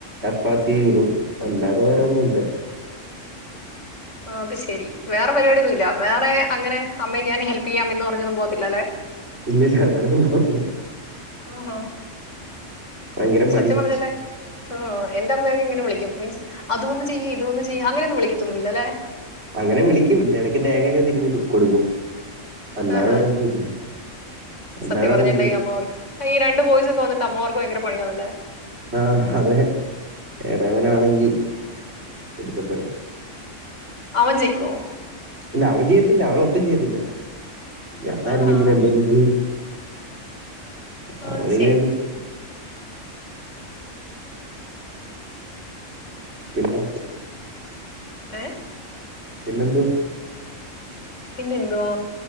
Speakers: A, on the right; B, on the left.
A: <unintelligible> അല്ലാതെ വേറൊന്നും ഇല്ല
B: അത് ശെരി വേറെ പരിപാടിയന്നുമില്ല വേറെ അങ്ങനെ അമ്മയെ ഞാൻ ഹെൽപ് ചെയ്യാം എന്ന് പറഞ്ഞൊന്നും പോകത്തില്ല അല്ലെ.
A: ഇല്ലില്ല അങ്ങനൊന്നും പോകത്തില്ല
B: ആ ആ
A: ഭയങ്കര
B: സത്യം
A: മടിയാ
B: പറഞ്ഞല്ലേ ഉ എന്റെ അമ്മയൊക്കിങ്ങനെ വിളിക്കും മീൻസ് അത് വന്ന് ചെയ് ഇത് വന്ന് ചെയ്യ് അങ്ങനെ ഒന്നും വിളിക്കത്തൊന്നുമില്ല അല്ലേ
A: അങ്ങനെ വിളിക്കും ഇടക്ക് തേങ്ങക്കെ തിരുമി കൊടുക്കും അല്ലാതെ
B: ആഹ
A: വേറൊന്നും ചെയ്യത്തില്ല അല്ലാതെ
B: സത്യം
A: വേറൊന്നും
B: പറഞ്ഞിട്ടണ്ട
A: ചെയ്യ
B: ഈ അമ്മ്മാർക്ക് ഈ രണ്ടു ബോ യിസൊക്കെ വന്നിട്ടുണ്ടെ അമ്മ്മാർക്ക് ഭയങ്കര പണിയ അല്ലേ
A: ആ അതെ എളേവനാണെങ്കി ഒടുക്കത്തെ
B: അവൻ ചെയ്യുവോ?
A: ഇല്ല, അവൻ ചെയ്യത്തില്ല. അവൻ ഒട്ടും ചെയ്യത്തില്ല. ഞാനാരിക്കും
B: ആഹാ
A: ഇങ്ങനെ എന്തേലും ഇത് <unintelligible>
B: ആ, അത് ശരി
A: പിന്നെ?
B: ഏ
A: പിന്നെന്തുവാ?
B: പിന്നെന്തുവാ?